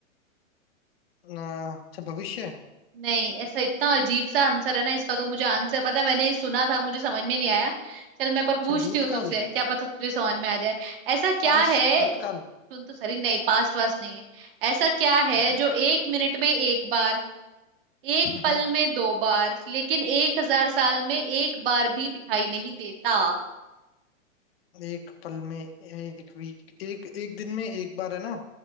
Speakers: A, on the left; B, on the right.
A: अच्छा भविष्य
B: नहीं ऐसा इतना अजीब सा आंसर है ना इसका तो मुझे आंसर पता है मैंने ये सुना था मुझे समझ में नहीं आया चल मैं पर
A: अच्छा
B: पूछती
A: भूतकाल
B: हूँ तुझसे क्या पता तुझे समझ में आ जाए ऐसा क्या
A: पास्ट
B: है
A: भूतकाल
B: सुन तो सही नहीं पास्ट वास्ट नहीं है ऐसा क्या है
A: हम्म
B: जो एक मिनट में एक बार एक
A: हम्म
B: पल में दो बार लेकिन एक हजार साल में एक बार भी दिखाई नहीं देता
A: एक पल में एक वीक एक एक दिन में एक बार है ना